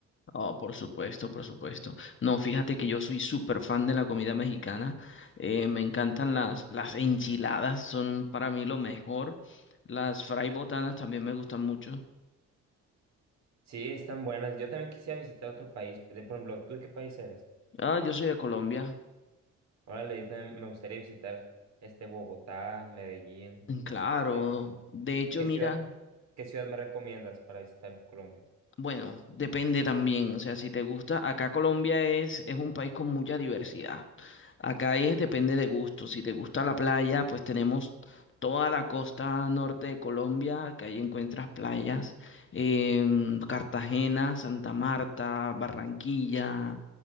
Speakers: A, on the left; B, on the right.
A: Oh, por supuesto, por supuesto. No, fíjate que yo soy súper fan de la comida mexicana. Eh, me encantan las, las enchiladas, son para mí lo mejor. Las fray botanas también me gustan mucho.
B: Sí, están buenas. Yo también quisiera visitar otro país. De- Por ejemplo, ¿tú de qué país eres?
A: Ah, yo soy de Colombia.
B: Órale, yo también me gustaría visitar este Bogotá, Medellín.
A: Claro.
B: Este,
A: De hecho,
B: ¿qué
A: mira.
B: ciudad, qué ciudad me recomiendas para visitar Colombia?
A: Bueno, depende también, o sea, si te gusta, acá Colombia es, es un país con mucha diversidad. Acá es depende de gusto. Si te gusta la playa, pues tenemos toda la costa norte de Colombia, que ahí encuentras playas, em, Cartagena, Santa Marta, Barranquilla,